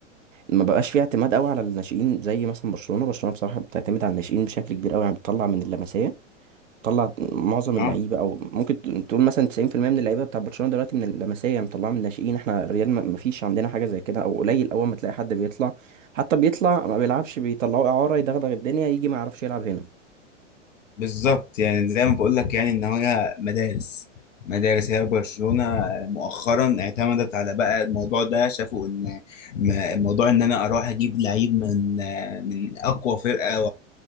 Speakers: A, on the right (about 85°); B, on the left (about 80°).
A: ما بقاش فيه اعتماد قوي على الناشئين زي مثلا برشلونة برشلونة بصراحة بتعتمد على الناشئين بشكل كبير قوي يعني بتطلع من اللمسية طلع معظم
B: اه
A: اللعيبه او ممكن ت- تقول مثلا 90% من اللعيبه بتاع برشلونه دلوقتي من اللمسيه يعني مطلعه من الناشئين احنا الريال ما ما فيش عندنا حاجه زي كده او قليل اول ما تلاقي حد بيطلع حتى بيطلع ما بيلعبش بيطلعوه اعاره يدغدغ الدنيا يجي ما يعرفش يلعب هنا
B: بالظبط يعني زي ما بقول لك يعني ان هي مدارس مدارس هي برشلونة آه، مؤخرا اعتمدت على بقى الموضوع ده شافوا ان م- موضوع ان انا اروح اجيب لعيب من آه، من اقوى فرقة